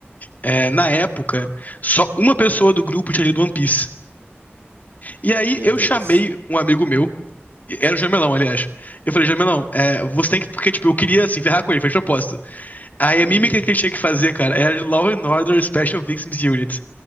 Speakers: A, on the left; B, on the right.
A: É, na época, só uma pessoa do grupo tinha lido One Piece. E aí
B: Meu
A: eu
B: Deus.
A: chamei um amigo meu, era o Jamelão, aliás. Eu falei, Jamelão, é, você tem que. Porque, tipo, eu queria, assim, ferrar com ele, foi de propósito. Aí a
B: Uhum.
A: mímica que ele tinha que fazer, cara, era de Law and Order Special Victims Unit.